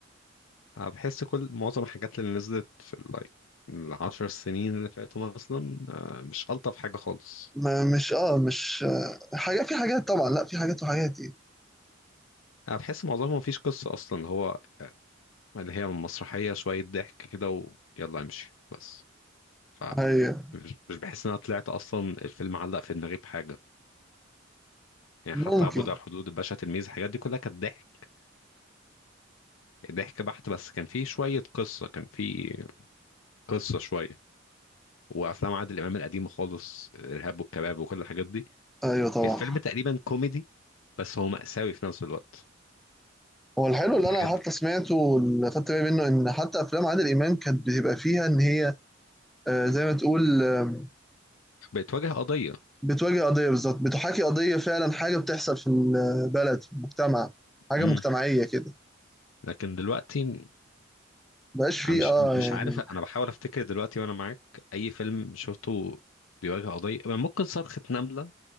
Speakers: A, on the left (about 85°); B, in the centre.
A: أنا بحس كل معظم الحاجات اللي نزلت في اللايك العشر سنين اللي فاتوا مثلا آه، مش الطف حاجه خالص
B: ما مش اه مش آه حاجه في حاجات طبعا لا في حاجات وحاجات يعني
A: انا بحس معظمهم مفيش قصه اصلا هو آه، اللي هي مسرحيه شويه ضحك كده ويلا امشي بس ف
B: ايوه
A: مش مش بحس ان انا طلعت اصلا الفيلم علق في دماغي بحاجه يعني
B: ممكن
A: حتى عبود على الحدود الباشا تلميذ الحاجات دي كلها كانت ضحك ضحك بحت بس كان فيه شويه قصه كان فيه قصه شويه وافلام عادل امام القديمه خالص الارهاب والكباب وكل الحاجات دي
B: ايوه طبعا
A: الفيلم تقريبا كوميدي بس هو مأساوي في نفس الوقت
B: هو الحلو
A: الحاجات
B: اللي انا حتى
A: دي
B: سمعته واللي خدت بالي منه ان حتى افلام عادل امام كانت بتبقى فيها ان هي آه زي ما تقول آه
A: بتواجه قضيه
B: بتواجه قضية بالظبط بتحاكي قضية فعلا حاجة بتحصل في البلد في المجتمع حاجة
A: امم
B: مجتمعية كده
A: لكن دلوقتي
B: مبقاش فيه
A: أنا مش
B: اه
A: مش
B: يعني
A: عارف انا بحاول افتكر دلوقتي وانا معاك اي فيلم شفته بيواجه قضيه ممكن صرخه نمله